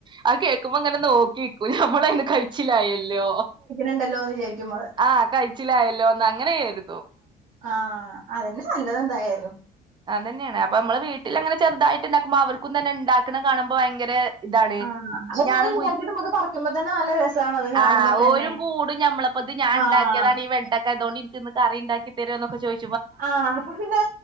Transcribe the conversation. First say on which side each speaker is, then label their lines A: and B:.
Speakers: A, on the right (about 25°); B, on the right (about 50°).
A: അത് കേൾക്കുമ്പോ ഇങ്ങനെ നോക്കി നിക്കൂലേ നമ്മള് ഇന്ന് കഴിച്ചിലായല്ലോ?
B: ണ്ടല്ലോന്ന് വിചാരിക്കും നമ്മള്
A: ആഹ കഴിച്ചിലായല്ലോ ഒന്ന് അങ്ങനെ കരുതും.
B: ആഹ് അത് തന്നെ നല്ലത് എന്തായാലും
A: അത് തന്നെയാണ് അപ്പൊ നമ്മള് വീട്ടിൽ അങ്ങനെ ചെറുതായിട്ട് ഉണ്ടാക്കുമ്പോ അവർക്കും തന്നെ ഉണ്ടാക്കുന്ന കാണുമ്പോ ഭയങ്കര ഇതാണ്
B: ആ. അത് നമ്മള്
A: ഞാനും
B: ഉണ്ടാക്കിയിട്ട് നമുക്ക് പറിക്കുമ്പോ തന്നെ നല്ല രസാണത് കാണുമ്പോ
A: ആഹ
B: തന്നെ.
A: ഓരും കൂടും ഞമ്മളെ അപ്പ അത് ഞാൻ
B: ആ.
A: ഉണ്ടാക്കിയതാണ് ഈ വെണ്ടയ്ക്ക അതുകൊണ്ട് എനിക്ക് ഇന്ന് കറി ഉണ്ടാക്കിതരുവോ എന്ന് ചോദി
B: ആഹ് അപ്പൊ പിന്നെ